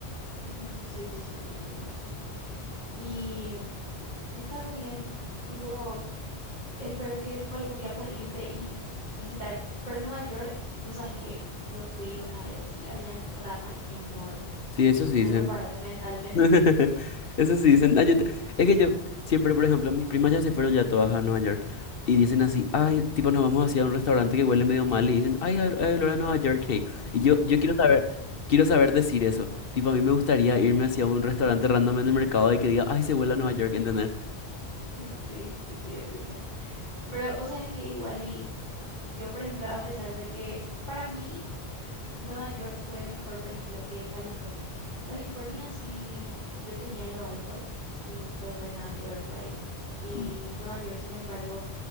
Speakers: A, on the right (about 45°); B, on the left (about 60°).
A: Ujú, ujú, Sí, sí, sí, entiendo eso. Y mm, está bien, tipo... espero que tipo algún día puedas irte y visitar. Pero Nueva York, vos sabes que yo fui una vez y habían ratas enormes.
B: Sí, eso sí
A: Tipo,
B: dicen.
A: prepárate mentalmente.
B: <laughs> Eso sí dicen. Ah, yo te- Es que yo siempre, por ejemplo, mis primas ya se fueron ya todas a Nueva York. Y dicen así,
A: <laughs>
B: ay, tipo, nos vamos hacia un restaurante que huele medio mal. Y dicen, ay, hay hay olor a Nueva York, hey. Y yo, yo quiero saber, quiero saber decir eso. Tipo, a mí me gustaría irme hacia un restaurante random en el mercado y que diga, ay, se huele a Nueva York, ¿entendés?
A: Sí, sí, sí, entiendo. Pero vos sabes que igual y yo, por ejemplo, a pesar de que para mí Nueva York fue mejor, por ejemplo, que California. California sí yo tenía en lo alto y fue re nada que ver por ahí. Y
B: Mm,
A: Nueva York, sin embargo,